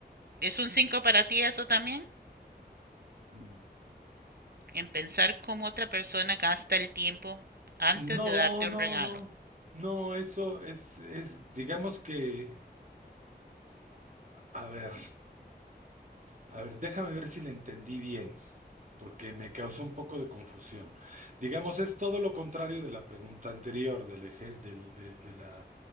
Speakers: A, on the right; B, on the right.
A: ¿Es un 5 para ti eso también?
B: Mm.
A: En pensar cómo otra persona gasta el tiempo antes
B: No,
A: de darte
B: no,
A: un regalo.
B: no. No, eso es, es, digamos que, a ver, a ver, déjame ver si le entendí bien, porque me causó un poco de confusión. Digamos, es todo lo contrario de la pregunta anterior, del eje, del, del, de la,